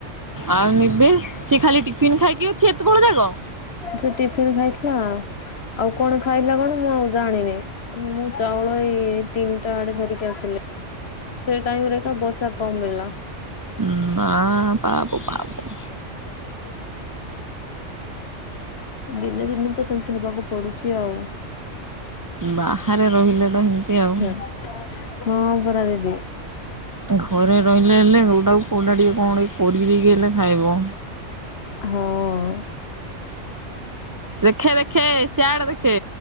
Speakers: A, on the right; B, on the left.
A: ଆଉ ନିବେ ସେ ଖାଲି ଟିଫିନ ଖାଇକି ଅଛି ଏତବେଳ ଯାକ।
B: ସେ ଟିଫିନ ଖାଇଥିଲା ଆଉ କଣ ଖାଇଲା କଣ ମୁଁ ଆଉ ଜାଣିନେଇ। ମୁଁ ଚାଉଳ ଏଇ ତିନିଟା ଆଡେ ଧରିକି ଆସିଲି। ସେଇ ଟାଇମ ରେ ଏକା ବସା କମିଲା।
A: ଉଁ ନା ପାବୁ ପାବୁ
B: <inaudible> ଦିନେ ଦିନେ ତ ସେମତି ହବାକୁ ପଡୁଛି ଆଉ।
A: ବାହାରେ ରହିଲେ ତ ଏମିତି ଆଉ।
B: <inaudible> ହୁଁ ହଁ ପରା ଦିଦି।
A: ଘରେ ରହିଲେ ହେଲେ କୋଉଟା କୁ କୋଉଟା ଟିକେ କଣ ଏଇ କରିଦେଇକି ହେଲେ ଖାଇବ।
B: ହଁଅ।
A: ଦେଖେ ଦେଖେ ସିଆଡେ ଦେଖେ।